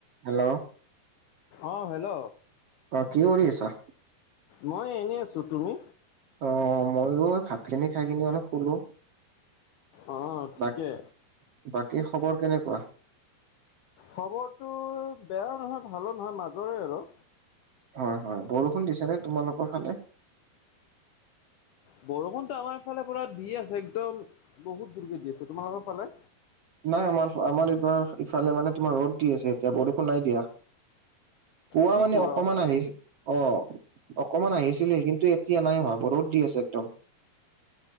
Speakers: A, on the right; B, on the left.
A: Hello.
B: অ' hello.
A: অ' কি কৰি আছা?
B: মই এনেই আছোঁ তুমি?
A: অ' মইও ভাত খিনি খাই কিনে অলপ শুলো।
B: অ' ঠিকে।
A: বা বাকী খবৰ কেনেকুৱা
B: খবৰটো বেয়া নহয় ভালো নহয় মাজৰে আৰু।
A: হয় হয়, বৰষুণ দিছে নে তোমালোকৰ ফালে?
B: বৰষুণতো আমাৰ ফালে পৰা দি আছে একদম বহুত দূৰকে দি আছে, তোমালোকৰ ফালে?
A: নাই আমাৰ আমাৰ এইবাৰ ইফালে মানে তোমাৰ ৰ'দ দি আছে, এতিয়া বৰষুণ নাই দিয়া। পুৱা
B: কি
A: মানে
B: কোৱা
A: অকমান আহিছে। অ' অকমান আহিছিলহে কিন্তু এতিয়া নাই অহা পদ দি আছে একদম।